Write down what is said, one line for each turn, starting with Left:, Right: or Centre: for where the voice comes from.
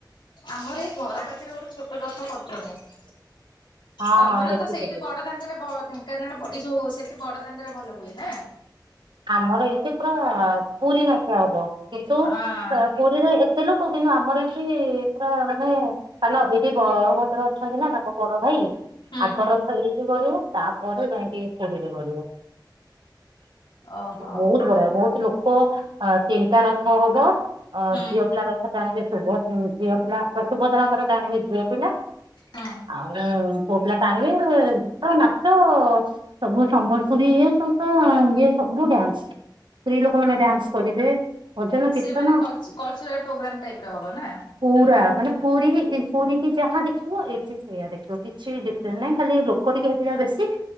Left: ଆମର ଏଇ ଘର ପାଖରେ ଗୋଟେ ଛୋଟ ରଥ କରିଚନ୍ତି।
Right: ହଁ
Left: ତମର
Right: ହଁ ଦେଖିଥିଲି।
Left: ତ ସେଇଠି ବଡ ଦାଣ୍ଡରେ ବଢି ଙ୍କାନାଳ ଏ ଯୋଉ ସେଠି ବଡ ଦାଣ୍ଡରେ ଭଲ ହୁଏ ନା?
Right: ଆମର ଏଇଠି ପୁରା ପୁରୀ ନାଖେ ହବ କିନ୍ତୁ
Left: ହଁ
Right: ପ ପୁ ପୁରୀରେ ଏତେ ଲୋକ କିନ୍ତୁ ଆମର ଏଠି ପୁରା ମାନେ ଆ ଲୋ ଏଠି ବଳଭଦ୍ର ଅଛନ୍ତି ନା ତାଙ୍କ ବଡ ଭାଇ?
Left: ହୁଁ
Right: ଆଗ
Left: ହୁଁ
Right: ରଥ ଏଇଠି ଗଡ଼ିବ ତାପରେ ଯାଇକି ପୁରୀରେ ଗଡିବ।
Left: ଓହୋ
Right: ବହୁତ ବଡ଼। ବହୁତ ଲୋକ ଅ ତିନିଟା ରଥ ହବ। ଅ
Left: ହୁଁ
Right: ଝିଅ ପିଲା ରଥ ଟାଣିବେ ଶୁଭ ଝିଅ ପିଲା ଶୁଭଦ୍ରାଙ୍କର ଟାଣିବେ ଝିଅ ପିଲା।
Left: ହଁ
Right: ଆଉ ପୁଅ ପିଲା ଟାଣିବେ ଗୀତ ନାଚ ସବୁ ସମ୍ବଲପୁରୀ ଇଏ ସବୁ ତ ଇଏ ସବୁ ଡ୍ୟାନ୍ସ ସ୍ତ୍ରୀ ଲୋକ ମାନେ ଡ୍ୟାନ୍ସ କରିବେ। ଭଜନ କୀର୍ତ୍ତନ
Left: ସେମାନେ କଲ୍ କଲଚୁରାଲ ପ୍ରୋଗ୍ରାମ ଟାଇପ ର ହବ ନା?
Right: ପୁରା ମାନେ ପୁରୀ ଇ ପୁରୀ କି ଯାହା ଦେଖିବ ଏଠି ସେଇୟା ଦେଖିବ କିଛିବି ଡିଫ ଫ୍ରେଣ୍ଟ ନାଇଁ ଖାଲି ଲୋକ ଟିକେ ହେବେ ଯାହା ବେଶୀ